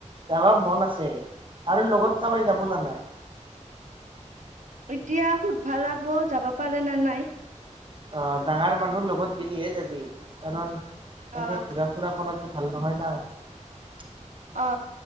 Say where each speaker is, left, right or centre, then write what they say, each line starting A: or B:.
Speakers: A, on the right; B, on the right.
A: যাবা মন আছে আৰু লগত কাৰোবাই যাব ন নাই
B: এতিয়া সোধ ভাল লাগব যাব পাৰে নে নাই
A: অঁ ডাঙৰ মানুহৰ লগত গেলিহে যাবি কাৰণ
B: আহ
A: এনেই ঘুৰা ফুৰা কৰাটো ভাল নহয় নাই
B: অ